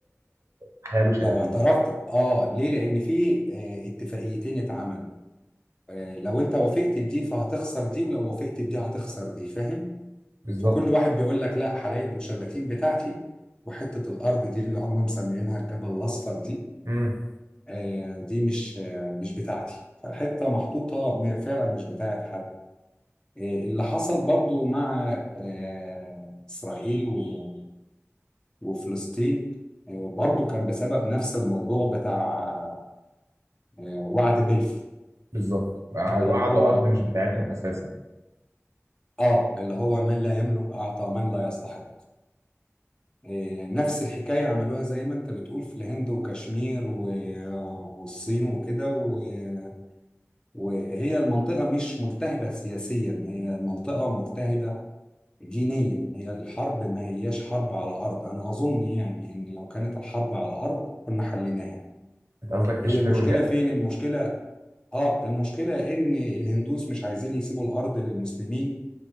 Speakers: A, on the right; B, on the left.
A: حلال وشلاتين
B: لو اعترفت آه ليه؟ لأن في آه، اتفاقيتين اتعملوا آه، لو أنت وافقت بدي فهتخسر دي ولو وافقت بدي هتخسر دي فاهم؟
A: بالظبط
B: فكل واحد بيقول لك لا حلايب وشلاتين بتاعتي وحتة الأرض دي اللي هم مسميينها الجبل الأصفر دي
A: مم.
B: آه، دي مش آه، مش بتاعتي فالحتة محطوطة م- فعلا مش بتاعت حد إيه اللي حصل برضو مع آه، إسرائيل و- وفلسطين آه، برضو كان بسبب نفس الموضوع بتاع آه، وعد بلفور
A: بالظبط وقعدوا
B: اللي هو
A: ارض مش بتاعتهم اساسا
B: آه اللي هو من لا يملك أعطى من لا يستحق آه، نفس الحكاية عملوها زي ما أنت بتقول في الهند وكشمير و- والصين وكده و- وهي المنطقة مش ملتهبة سياسيا هي المنطقة ملتهبة دينيا هي الحرب ما هياش حرب على الأرض أنا أظن يعني إن لو كانت الحرب على الأرض كنا حليناها
A: انت قصدك كشمير
B: هي المشكلة
A: والهند
B: فين المشكلة آه المشكلة إن الهندوس مش عايزين يسيبوا الأرض للمسلمين